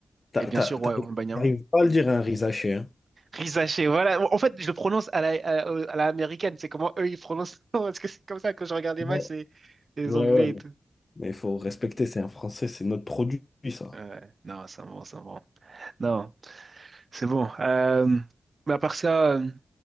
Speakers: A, on the left; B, on the right.
A: T'a-
B: et bien
A: t'a-
B: sûr,
A: t'a-
B: ouais, Wembanyama.
A: T'arrives pas à le dire à un Rizaché, hein?
B: Richachet, voilà. En fait, je le prononce à la, à, à la américaine, c'est comment eux, ils prononcent. <laughs> Parce que c'est comme ça, quand je regarde les
A: Ouais,
B: matchs, c'est les
A: ouais,
B: Anglais
A: ouais. Mais
B: et tout.
A: mais il faut respecter, c'est un Français, c'est notre produit, ça.
B: Ouais, non, c'est bon, c'est bon. Non, c'est bon. Euh, mais à part ça, euh,